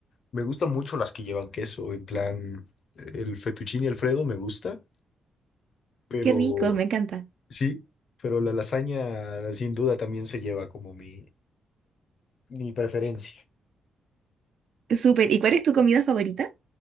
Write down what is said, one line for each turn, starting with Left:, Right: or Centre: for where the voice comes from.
Left: Me gustan mucho las que llevan queso, en plan, el fettuccine Alfredo me gusta, pero
Right: Qué rico, me encanta.
Left: sí, pero la lasaña sin duda también se lleva como mi, mi preferencia.
Right: Súper. ¿Y cuál es tu comida favorita?